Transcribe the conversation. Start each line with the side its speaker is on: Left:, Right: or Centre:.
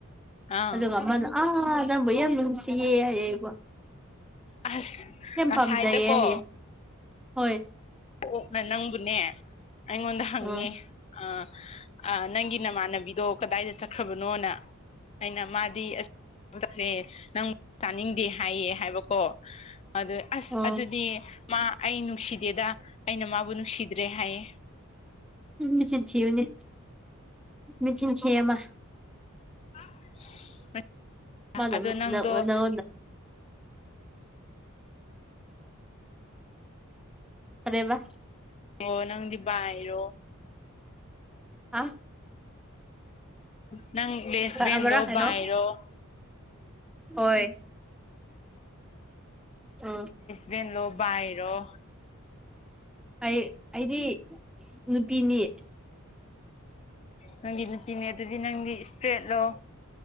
Left: ꯑꯥ
Centre: ꯑꯗꯨꯒ ꯑꯃꯅ ꯑꯥ ꯅꯪꯕꯨ ꯌꯥꯝ ꯅꯨꯡꯁꯤꯌꯦ ꯍꯌꯦ ꯑꯩꯕꯨ
Left: ꯑꯁ
Centre: ꯌꯝ
Left: ꯉꯁꯥꯏꯗꯀꯣ
Centre: ꯄꯥꯝꯖꯥꯏꯌꯦ ꯍꯥꯏꯌꯦ ꯍꯣꯏ
Left: ꯑꯣꯛꯅ ꯅꯪꯕꯨꯅꯦ ꯑꯩꯉꯣꯟꯗ ꯍꯪꯉꯦ
Centre: ꯑꯥ
Left: ꯑꯥ ꯑꯥ ꯅꯪꯒꯤ ꯅꯃꯥꯟꯅꯕꯤꯗꯣ ꯀꯗꯥꯏꯗ ꯆꯠꯈ꯭ꯔꯕꯅꯣꯅ ꯑꯩꯅ ꯃꯥꯗꯤ ꯑꯁ <inaudible> ꯆꯠꯈ꯭ꯔꯦ ꯅꯪ ꯆꯥꯅꯤꯡꯗꯦ ꯍꯥꯏꯌꯦ ꯍꯥꯏꯕꯀꯣ ꯑꯗꯨ ꯑꯁ
Centre: ꯑꯥ
Left: ꯑꯗꯨꯗꯤ ꯃꯥ ꯑꯩ ꯅꯨꯡꯁꯤꯗꯦꯗ ꯑꯩꯅ ꯃꯥꯕꯨ ꯅꯨꯡꯁꯤꯗ꯭ꯔꯦ ꯍꯥꯏꯌꯦ
Centre: ꯃꯤꯆꯤꯟꯊꯤꯕꯅꯦ ꯃꯤꯆꯤꯟꯊꯤꯌꯦ ꯃꯥ
Left: <unintelligible>
Centre: ꯃꯥꯅꯃꯤ
Left: ꯑꯗꯣ ꯅꯪꯗꯣ
Centre: ꯅꯪꯉꯣꯟꯗ <inaudible> ꯀꯔꯤꯕ
Left: ꯑꯣ ꯅꯪꯗꯤ ꯕꯥꯏꯔꯣ
Centre: <inaudible>
Left: ꯅꯪ ꯂꯦꯁꯕꯦꯟꯂꯣ
Centre: ꯑꯃꯔꯛ
Left: ꯕꯥꯏꯔꯣ
Centre: ꯍꯥꯏꯔꯣ ꯍꯣꯏ ꯑꯥ
Left: ꯕꯦꯟꯂꯣ ꯕꯥꯥꯏꯔꯣ
Centre: ꯑꯩ ꯑꯩꯗꯤ ꯅꯨꯄꯤꯅꯤ
Left: ꯅꯪꯗꯤ ꯅꯨꯄꯤꯅꯦ ꯑꯗꯨꯗꯤ ꯅꯪꯗꯤ ꯏꯁꯇ꯭ꯔꯦꯠꯂꯣ